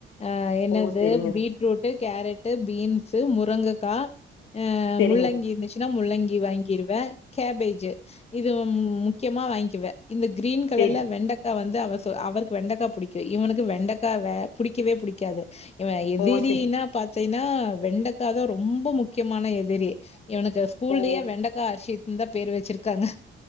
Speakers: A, on the left; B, on the left.
A: அ என்னது
B: ஓ செரிங்க
A: பீட்ரூட்டு கேரட்டு பீன்ஸு முருங்கக்கா அ
B: செரிங்க
A: முள்ளங்கி இந்துச் சினா முள்ளங்கி வாங்கிருவே கேபேஜு இது முக்கியமா வாங்க்குவ இந்த க்ரீன் கலர்ல
B: செரி
A: வெண்டக் கா வந்து அவ சொ அவருக்கு வெண்டக்கா புடிக்கு இவனுக்கு வெண்டக்காவே புடிக்கவே புடிக்காது இவ எதிரினா
B: ஓ செ
A: பாத் தீனா வெண்டக்கா தா ரொம்ப முக்கியமான எதிரி இவனுக்கு ஸ் கூல்லயே
B: ஓ
A: வெண்டக்கா ஹர்ஷித்ன்தா பேரு வெச்சிருக்காங்க